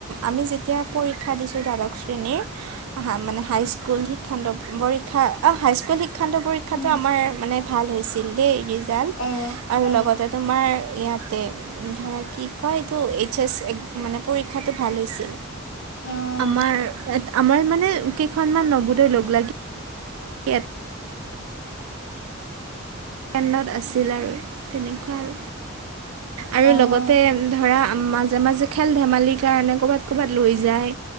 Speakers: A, on the right; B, on the left.
A: আমি যেতিয়া শিক্ষা দিছোঁ দ্বাদশ শ্ৰেণীৰ মানে হাইস্কুল শিক্ষান্ত পৰীক্ষা অ হাইস্কুল শিক্ষান্ত পৰীক্ষাটো
B: উম,
A: আমাৰ মানে ভাল হৈছিল দেই। ৰিজাল্ট
B: অ',
A: আৰু
B: অ',
A: লগতে তোমাৰ ইয়াত ইয়াত ধৰা কি কয় এইটো এইচ এছ এক মানে পৰীক্ষাটো ভাল হৈছে
B: অ',
A: আমাৰ আমাৰ মানে কেইখনমান নবোদয়ৰ লগ লাগি ইয়াত কেণ্ডত আছিল আৰু তেনেকুৱা আৰু আৰু
B: অ'।
A: লগতে ধৰা মাজে মাজে খেল-ধেমালিৰ কাৰণে ক'ৰবাত, ক'ৰবাত লৈ যায়